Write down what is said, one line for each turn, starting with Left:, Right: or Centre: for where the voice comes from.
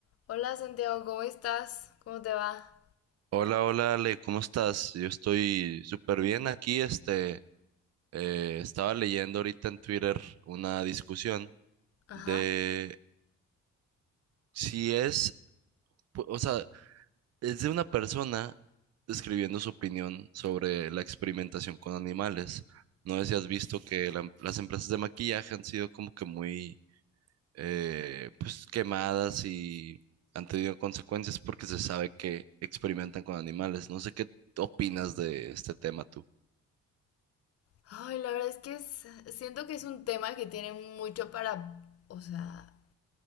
Left: Hola Santiago, ¿cómo estás? ¿Cómo te va?
Right: Hola, hola Ale, ¿cómo estás? Yo estoy súper bien aquí. Este, eh, estaba leyendo ahorita en Twitter una discusión
Left: Ajá.
Right: de si es, pu- o sea, es de una persona escribiendo su opinión sobre la experimentación con animales. No sé si has visto que la em- las empresas de maquillaje han sido como que muy, eh, pues, quemadas y han tenido consecuencias porque se sabe que experimentan con animales. No sé qué opinas de este tema tú.
Left: Ay, la verdad es que es- siento que es un tema que tiene mucho para, o sea,